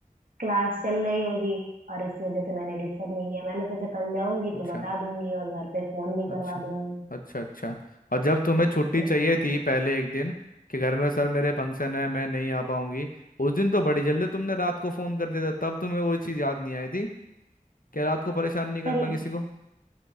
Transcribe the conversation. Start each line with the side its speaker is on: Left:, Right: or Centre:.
Right: क्लास चल रही होगी और इस वजह से मैंने डिस्टर्ब नहीं किया मैंने सोचा कल जाऊंगी
Left: अच्छा
Right: तो बता दूंगी और घर पे फोन भी
Left: अच्छा
Right: करवा दूंगी
Left: अच्छा अच्छा और जब तुम्हें छुट्टी
Right: यस
Left: चाहिए थी पहले एक दिन कि घर में सर मेरे फंक्शन है मैं नहीं आ पाऊंगी उस दिन तो बड़ी जल्दी तुमने रात को फोन कर दिया था तब तुम्हें वो चीज़ याद नहीं आई थी कि रात को परेशान नहीं करना
Right: कल
Left: किसी को